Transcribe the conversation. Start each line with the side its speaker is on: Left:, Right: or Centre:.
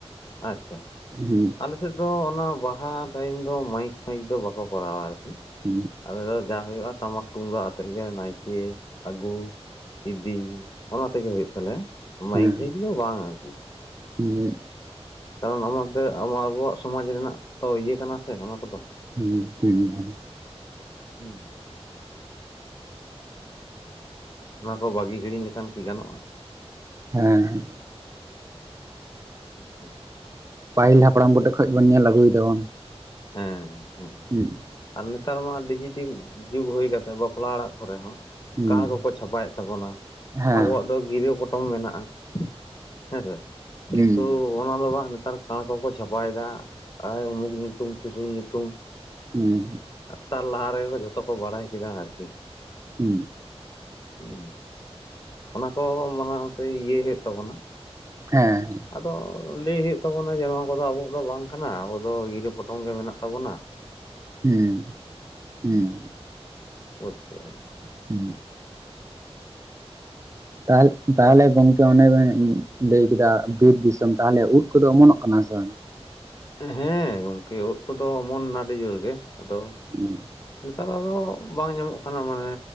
Left: ᱟᱪᱪᱷᱟ᱾
Right: ᱦᱮᱸ᱾
Left: ᱟᱞᱮ ᱥᱮᱫ ᱫᱚ ᱚᱱᱟ ᱵᱟᱦᱟ ᱴᱟᱭᱤᱢ ᱢᱟᱭᱤᱠ ᱢᱟᱹᱭᱤᱠ ᱫᱚ ᱵᱟᱠᱚ ᱠᱚᱨᱟᱣᱟ ᱟᱨᱠᱤ ᱾
Right: ᱦᱮᱸ
Left: ᱟᱞᱮ ᱫᱚ ᱡᱟ ᱦᱳᱭᱳᱜᱼᱟ ᱴᱟᱢᱟᱠ ᱛᱩᱢᱫᱟᱜ ᱟᱛᱮᱜ ᱜᱮ ᱱᱟᱭᱠᱮ ᱟᱹᱜᱩ, ᱤᱫᱤ᱾ ᱚᱱᱟ ᱛᱮᱜᱮ ᱦᱩᱭᱩᱜ ᱛᱟᱞᱮᱭᱟ ᱢᱟᱭᱤ
Right: ᱦᱮᱸ
Left: ᱴᱟᱭᱤᱠ ᱫᱚ ᱵᱟᱝ ᱟᱨᱠᱤ ᱾
Right: <unintelligible>
Left: ᱠᱟᱨᱚᱱ ᱟᱢᱟᱜ ᱫᱚ ᱟᱵᱚᱣᱟᱜ ᱥᱚᱢᱟᱡᱽ ᱨᱮᱱᱟᱜ ᱛᱚ ᱤᱭᱟᱹ ᱠᱟᱱᱟ ᱥᱮ ᱚᱱᱟ ᱠᱚᱫᱚ ᱾
Right: ᱦᱮᱸ ᱦᱩᱸ ᱦᱩᱸ
Left: ᱦᱩᱸ ᱚᱱᱟ ᱠᱚ ᱵᱟᱹᱜᱤ ᱦᱤᱲᱤᱧ ᱞᱮᱠᱷᱟᱱ ᱠᱤ ᱜᱟᱱᱚᱜᱼᱟ?
Right: ᱦᱮᱸ ᱦᱮᱸ᱾
Left: ᱦᱩᱸ
Right: ᱯᱟᱹᱤᱞ ᱦᱟᱯᱲᱟᱢ ᱠᱚᱴᱷᱮᱡ ᱠᱷᱚᱡ ᱵᱚᱱ ᱧᱮᱞ ᱟᱹᱜᱩᱭ ᱫᱟᱵᱚᱱ ᱾
Left: ᱦᱮᱸ ᱦᱮᱸ
Right: ᱦᱮᱸ
Left: ᱟᱨ ᱱᱮᱛᱟᱨ ᱢᱟ ᱰᱤᱡᱤᱴᱤᱝ ᱡᱩᱜᱽ ᱦᱩᱭ ᱠᱟᱛᱮᱫ ᱵᱟᱯᱞᱟ ᱚᱲᱟᱜ ᱠᱚᱨᱮ ᱦᱚᱸ ᱾
Right: ᱦᱩᱸ
Left: ᱠᱟᱬ ᱠᱚᱠᱚ ᱪᱷᱟᱯᱟᱭᱮᱫ ᱛᱟᱵᱚᱱᱟ
Right: ᱦᱮᱸ
Left: ᱟᱵᱚᱣᱟᱜ ᱫᱚ ᱜᱤᱨᱟᱹ ᱯᱚᱴᱚᱢ ᱢᱮᱱᱟᱜᱼᱟ ᱾ ᱦᱮᱸ ᱥᱮ ᱠᱤᱱᱛᱩ
Right: ᱦᱩᱸ
Left: ᱚᱱᱟ ᱫᱚ ᱵᱟᱝ ᱱᱮᱛᱟᱨ ᱠᱟᱬᱠᱚ ᱠᱚ ᱪᱷᱟᱯᱟᱭᱮᱫᱟ ᱾ ᱟᱭ ᱩᱢᱩᱠ ᱧᱩᱛᱩᱢ ᱛᱩᱥᱩᱠ ᱧᱩᱛᱩᱢ ᱾
Right: ᱦᱮᱸ
Left: ᱛᱟᱨ ᱞᱟᱦᱟ ᱨᱮᱜᱮ ᱡᱷᱚᱛᱚ ᱠᱚ ᱵᱟᱲᱟᱭ ᱠᱮᱫᱟ ᱟᱨᱠᱤ ᱾
Right: ᱦᱮᱸ
Left: <unintelligible> ᱚᱱᱟ ᱠᱚ ᱢᱟᱱᱟᱣ ᱥᱮ ᱤᱭᱟᱹᱭ ᱦᱩᱭᱩᱜ ᱛᱟᱵᱚᱱᱟ ᱾
Right: ᱦᱮᱸ ᱦᱮᱸ
Left: ᱟᱫᱚ ᱞᱟᱹᱭ ᱦᱩᱭᱩᱜ ᱛᱟᱵᱚᱱᱟ ᱡᱮ ᱱᱚᱣᱟ ᱠᱚᱫᱚ ᱟᱵᱚᱣᱟᱜ ᱫᱚ ᱵᱟᱝ ᱠᱟᱱᱟ ᱟᱵᱚᱫ ᱫᱚ ᱜᱤᱨᱟᱹ ᱯᱚᱴᱚᱢ ᱜᱮ ᱢᱮᱱᱟᱜ ᱛᱟᱵᱚᱱᱟ ᱾
Right: ᱦᱮᱸ ᱦᱮᱸ
Left: <unintelligible>
Right: ᱦᱩᱸ ᱛᱟᱦᱞ ᱛᱟᱦᱚᱞᱮ ᱜᱚᱝᱠᱮ ᱚᱱᱮ ᱵᱮᱱ ᱞᱟᱹᱭ ᱠᱮᱫᱟ ᱵᱤᱨ ᱫᱤᱥᱚᱢ ᱛᱟᱦᱚᱞᱮ ᱩᱫ ᱠᱚᱫᱚ ᱚᱢᱚᱱᱚᱜ ᱠᱟᱱᱟ ᱥᱮ ᱵᱟᱝ?
Left: ᱦᱮᱸ ᱜᱚᱝᱠᱮ ᱩᱫ ᱠᱚᱫᱚ ᱚᱢᱚᱱᱱᱟ ᱟᱹᱰᱤ ᱡᱳᱨ ᱜᱮ ᱟᱫᱚ ᱾
Right: ᱦᱩᱸ
Left: ᱱᱮᱛᱟᱨ ᱟᱫᱚ ᱵᱟᱝ ᱧᱟᱢᱚᱜ ᱠᱟᱱᱟ ᱢᱟᱱᱮ